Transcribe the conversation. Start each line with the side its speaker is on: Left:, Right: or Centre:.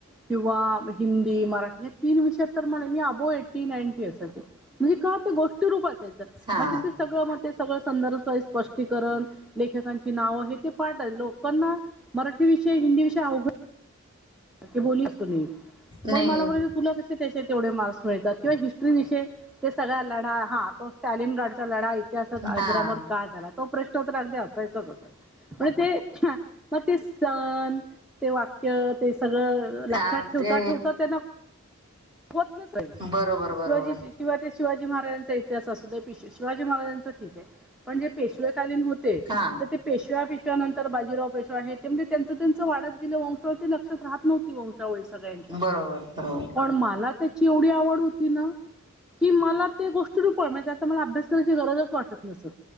Centre: किंवा हिंदी, मराठी या तीन विषयात तर म्ह मी अबो एट्टी नांटी असायची. म्हणजे का ते गोष्टीरूप असायचं
Right: हा
Centre: म्हणजे ते सगळं म ते सगळं संदर्भ स्प स्पष्टीकरण, लेखकांची नावं हे ते पाठ लोकांना मराठी विषयी, हिंदी विषय अवघड की बोली असू पण
Right: नाही
Centre: मला म्हट तुला कसे त्याच्यात तेवढे मार्क्स मिळतात किंवा हिस्ट्री विषय ते सगळा लढा हा तो स्टॅलिन गार्डचा लढा इतिहासात आजरामर
Right: हा
Centre: का झाला? तो प्रश्न तर अगदी असायचाच असायचा. म्हण ते मग ते सण ते वाक्य त ते सगळं लक्षात
Right: हा
Centre: ठेवता
Right: ते
Centre: ठेवता त्यांना होत नसायचं
Right: बरोबर बरोबर
Centre: <unintelligible> किंवा ते शिवाजी महाराजांचा इतिहास असू दे पेशवे शिवाजी महाराजांचं ठीक ए पण जे पेशवेकालीन होत ते
Right: हा
Centre: तर ते पेशव्या पेशव्यानंतर बाजीराव पेशवा आहे ते म्हणजे त्यांच त्यांच वाढत गेलं वंशावळ ते लक्षात राहत नव्हती वंशावळी सगळ्यांच्या
Right: बरोबर बरोबर
Centre: पण मला त्याची एवढी आवड होती ना की मला ते गोष्टीरूप म्हणजे ते आता त्याचा मला अभ्यास कराची गरजच वाटत नसत.